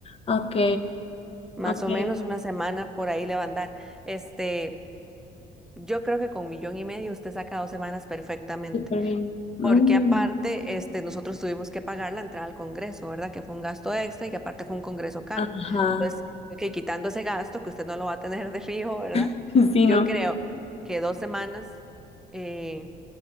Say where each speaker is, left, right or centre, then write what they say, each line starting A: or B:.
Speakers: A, on the left (about 35°); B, in the centre.
A: ok,
B: más
A: ok,
B: o menos una semana por ahí le va a andar, este, yo creo que con un millón y medio usted saca dos semanas perfectamente.
A: súper bien. Mm,
B: Porque aparte, este, nosotros tuvimos que pagar la entrada al Congreso, ¿verdad? Que fue un gasto extra y que aparte fue un Congreso caro.
A: ajá,
B: Entonces, que quitando ese gasto, que usted no lo va a tener de fijo, ¿verdad?
A: <laughs> sí,
B: Yo
A: no,
B: creo que dos semanas, eh,